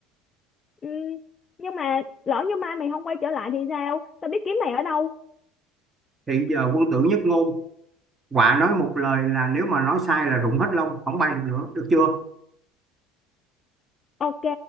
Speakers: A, on the left (about 30°); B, on the right (about 20°).
A: Ừm, nhưng mà lỡ như mai mày không quay trở lại thì sao tao biết kiếm mày ở đâu
B: thì giờ quân tử nhất ngôn quả nói một lời là nếu mà nói sai là rụng hết lông không bay được nữa được chưa
A: ok